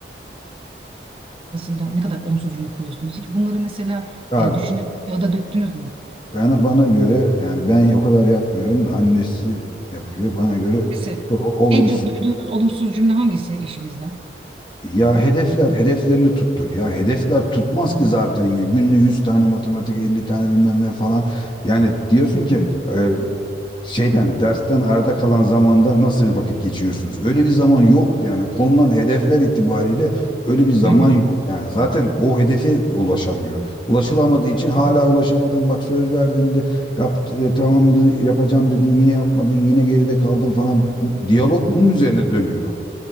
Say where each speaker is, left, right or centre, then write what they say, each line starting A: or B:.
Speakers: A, on the right (about 30°); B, on the left (about 25°).
A: arasında ne kadar olumsuz cümle kuruyorsunuz? Hiç bunları mesela
B: Ya,
A: e, düşünüp ya da döktünüz mü?
B: Ben bana göre yani ben o kadar yapmıyorum da annesi yapıyor. Bana göre
A: Mesela
B: çok olumsuz.
A: en çok duyduğunuz olumsuz cümle hangisi eşinizden?
B: Ya hedefler, hedeflerini tuttur. Ya hedefler tutmaz ki zaten ya. Günde 100 tane matematik, 50 tane bilmem ne falan. Yani diyorsun ki e, şeyden, dersten arda kalan zamanda nasıl bir vakit geçiriyorsunuz? Öyle bir zaman yok yani. Konulan hedefler itibariyle öyle bir zaman
A: Hı hı.
B: yok. Yani zaten o hedefe ulaşamıyor. Ulaşılamadığı için hala ulaşamadın. Bak söz verdin de yap, e, tamamdı yapacağım dedin. Yine yapmadın, yine geride kaldın falan. Diyalog bunun üzerine dönüyor.